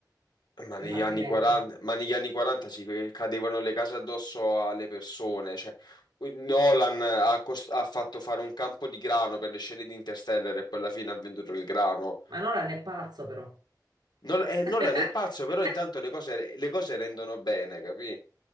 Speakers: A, on the left; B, on the right.
A: Ma
B: in-
A: negli
B: altrimenti?
A: anni 40, ma negli anni 40 ci cadevano le case addosso alle persone. Cioè, uhm, Nolan ha, cost- ha fatto fare un campo di grano per le scene di Interstellar e poi alla fine ha venduto il grano.
B: Ma non è pazzo, però.
A: Nol- eh, Nolan
B: <laughs>
A: è pazzo, però intanto le cose, le cose rendono bene, capì?